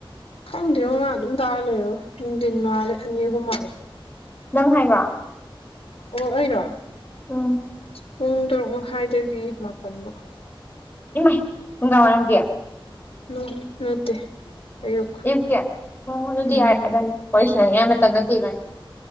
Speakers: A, on the left; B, on the left.
A: ꯈꯪꯗꯦ ꯃꯃꯥ ꯑꯗꯨꯝ ꯇꯥꯔ ꯂꯩꯔꯣ ꯅꯨꯡꯊꯤꯟ ꯃꯥꯜꯂꯦ ꯑꯅꯤ ꯑꯍꯨꯝ ꯃꯥꯜꯂꯦ
B: ꯅꯪ ꯍꯥꯏꯕ
A: ꯑꯣ ꯑꯩꯔꯣ
B: ꯎꯝ
A: ꯄꯨꯡ ꯇꯔꯨꯛ ꯃꯈꯥꯏꯗꯒꯤ ꯃꯥꯄꯟꯕꯥꯎ
B: ꯏꯃꯥꯏ ꯍꯅꯨꯡꯒꯥ ꯋꯥꯔꯝ ꯀꯌꯥ
A: ꯎ ꯅꯠꯇꯦ ꯑꯌꯨꯛ
B: ꯏ ꯀ ꯑꯗꯨꯗꯤ
A: ꯎꯝ
B: ꯌꯥꯔꯦ ꯑꯗꯨꯣꯏꯁ ꯃꯇꯝꯠꯇꯤꯔ